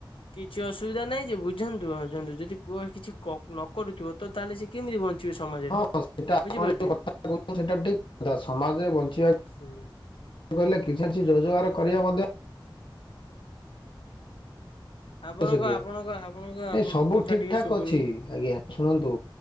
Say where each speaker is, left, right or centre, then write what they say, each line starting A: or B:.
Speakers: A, on the left; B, on the left.
A: କିଛି ଅସୁବିଧା ନାହିଁ ଯେ ବୁଝନ୍ତୁ ବୁଝନ୍ତୁ ଯଦି ପୁଅ କିଛି ନ କରୁଥିବ ତ ତାହେଲେ ସେ କେମିତି ବଞ୍ଚିବେ ସମାଜରେ
B: ହଁ ସେଟା
A: ବୁଝିପାରୁଛେ।
B: ଆପଣ ଯୋଉ କଥା ସେଟା ଠିକ କଥା ସମାଜରେ ବଞ୍ଚିବା
A: ହୁଁ
B: କହିଲେ କିଛି କିଛି ରୋଜଗାର କରିବା ମଧ୍ୟ
A: ଆପଣଙ୍କ
B: ଆବଶ୍ୟକୀୟ
A: ଆପଣଙ୍କ ଆପଣଙ୍କ ଆପଣଙ୍କ
B: ନାଇଁ ସବୁ
A: କଥା
B: ଠିକ
A: ଟିକେ
B: ଠାକ
A: ଶୁଭୁନି
B: ଅଛି ଆଜ୍ଞା ଶୁଣନ୍ତୁ